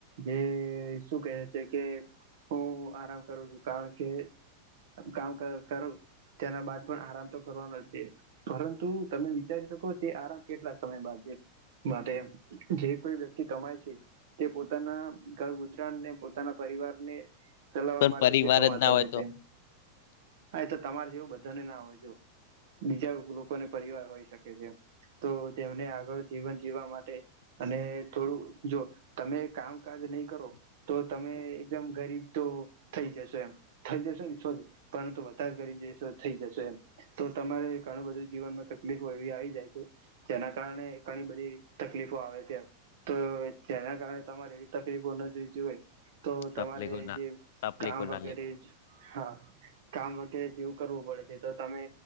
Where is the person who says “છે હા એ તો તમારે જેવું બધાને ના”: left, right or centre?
Right